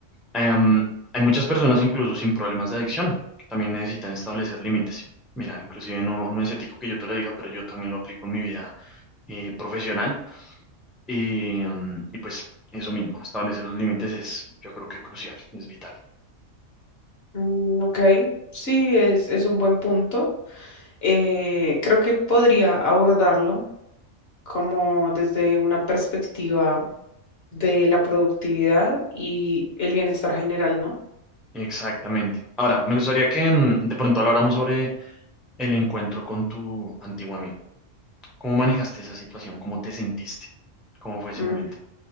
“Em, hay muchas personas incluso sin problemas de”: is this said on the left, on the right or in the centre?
Centre